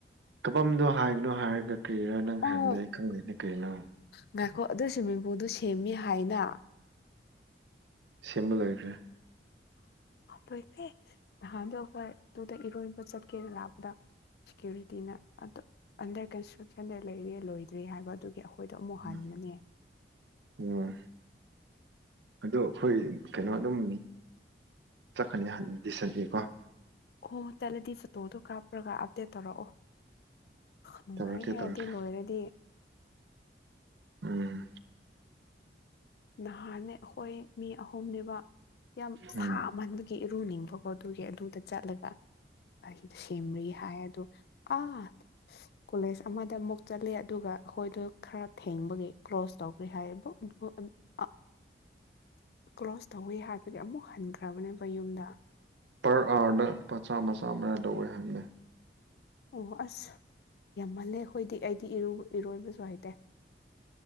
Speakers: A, on the right; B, on the left.
A: ꯀꯕꯥꯝꯗꯣ ꯍꯥꯏꯕꯅꯣ ꯍꯥꯏꯔꯒ ꯀꯔꯤꯔꯥ ꯅꯪ
B: ꯑꯣ
A: ꯍꯥꯏꯕꯗꯣ ꯑꯩ ꯈꯪꯗꯦꯅꯦ꯫ ꯀꯔꯤꯅꯣ
B: ꯉꯥꯏꯈꯣ ꯑꯗꯨ ꯁꯨꯏꯃꯤꯡꯄꯨꯜꯗꯣ ꯁꯦꯝꯃꯤ ꯍꯥꯏꯅ꯫
A: ꯁꯦꯝꯕ ꯂꯣꯏꯈ꯭ꯔꯦ꯫
B: ꯂꯣꯏꯈꯔꯦ ꯅꯍꯥꯟꯗꯣ ꯑꯩꯈꯣꯏ ꯑꯗꯨꯗ ꯏꯔꯣꯏꯕ ꯆꯠꯀꯦꯅ ꯂꯥꯛꯄꯗ ꯁꯤꯀꯨꯔꯤꯇꯤꯅ ꯑꯗꯣ ꯑꯟꯗꯔ ꯀꯟꯁꯇ꯭ꯔꯛꯁꯟꯗ ꯂꯩꯔꯤꯌꯦ ꯂꯣꯏꯗ꯭ꯔꯤ ꯍꯥꯏꯕ ꯑꯗꯨꯒꯤ꯫ ꯑꯩꯈꯣꯏꯗꯣ ꯑꯃꯨꯛ
A: ꯎꯝ
B: ꯍꯟꯕꯅꯦ꯫
A: ꯎꯝ ꯑꯗꯣ ꯑꯩꯈꯣꯏ ꯀꯩꯅꯣ ꯑꯗꯨꯝ ꯆꯠꯀꯅꯤꯗꯤꯁꯟꯗꯤꯀꯣ꯫
B: ꯑꯣ ꯆꯠꯂꯗꯤ ꯐꯣꯇꯣꯗꯣ ꯀꯥꯞꯄ꯭ꯔꯒ ꯑꯞꯗꯦꯠ ꯇꯧꯔꯛꯑꯣ꯫ ꯅꯨꯡꯉꯥꯏꯍꯦ
A: ꯇꯧꯔꯛꯀꯦ ꯇꯧꯔꯛꯀꯦ
B: ꯑꯗꯨ ꯂꯣꯏꯔꯗꯤ꯫
A: ꯎꯝ
B: ꯅꯍꯥꯟꯅꯦ ꯑꯩꯈꯣꯏ ꯃꯤ ꯑꯍꯨꯝꯅꯦꯕ ꯌꯥꯝ
A: ꯎꯝ
B: ꯁꯥꯃꯟꯕꯒꯤ꯫ ꯏꯔꯨꯅꯤꯡꯕꯀꯣ ꯑꯗꯨꯒꯤ ꯑꯗꯨꯗ ꯆꯠꯂꯒ꯫ ꯑꯩꯗ ꯁꯦꯝꯔꯤ ꯍꯥꯏ ꯑꯗꯣ ꯑꯥ ꯀꯣꯂꯦꯖ ꯑꯃꯗ ꯑꯃꯨꯛ ꯆꯠꯂꯦ ꯑꯗꯨꯒ ꯑꯩꯈꯣꯏꯗꯣ ꯈꯔ ꯊꯦꯡꯕꯒꯤ ꯀ꯭ꯂ꯭ꯔꯣꯁ ꯇꯧꯒꯦ ꯍꯥꯏ ꯑꯗꯣ ꯑ ꯀ꯭ꯥꯂꯁ ꯇꯧꯋꯤ ꯍꯥꯏꯕꯗꯤ ꯑꯃꯨꯛ ꯍꯟꯈ꯭ꯔꯕꯅꯦꯕ ꯌꯨꯝꯗ꯫
A: ꯄꯔ ꯑꯥꯔꯗ ꯂꯨꯄ ꯃꯆꯥ ꯃꯆꯥꯔ ꯂꯧꯋꯦ ꯍꯥꯏꯝꯅꯦ꯫
B: ꯑꯣ ꯑꯁ ꯌꯥꯝꯃꯜꯂꯦ ꯑꯩꯈꯣꯏꯗꯤ ꯑꯩꯗꯤ ꯏꯔꯣꯏꯕꯁꯨ ꯍꯥꯏꯇꯦ꯫